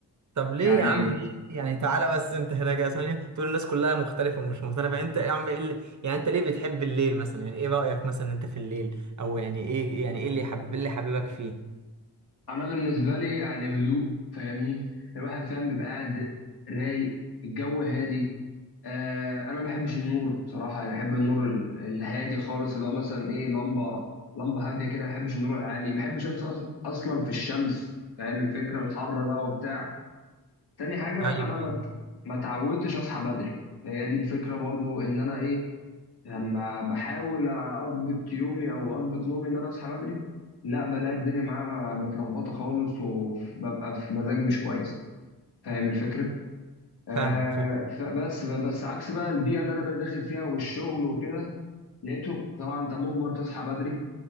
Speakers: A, on the right; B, on the left.
A: طب ليه
B: يعني
A: يا عم ليه يعني تعالى بس انت هنا كده ثانيه تقول الناس كلها مختلفه ومش مختلفه انت يا عم ايه اللي يعني انت ليه بتحب الليل مثلا يعني ايه رايك مثلا انت في الليل او يعني ايه يعني ايه اللي حب... اللي حببك فيه
B: انا بالنسبه لي يعني هدوء فاهمني الواحد فاهم بيبقى قاعد رايق الجو هادي آه انا ما بحبش النور بصراحه يعني بحب النور ال- الهادي خالص اللي هو مثلا ايه لمبه لمبه هاديه كده ما بحبش النور العالي ما بحبش امس أص- اصلا في الشمس فاهم الفكره الحر بقى وبتاع تاني حاجه
A: ايوه
B: انا ما ت- ما اتعودتش اصحى بدري هي دي الفكره برضو ان انا ايه لما بحاول اظبط يومي او اظبط نومي ان انا اصحى بدري لا بلاقي الدنيا معاها متلخبطه خالص وببقى في مزاج مش كويس فاهم الفكره آه
A: فاهمك فاهمك
B: فبس بس عكس بقى البيئه اللي انا بقيت داخل فيها والشغل وكده لقيته طبعا انت مجبر تصحى بدري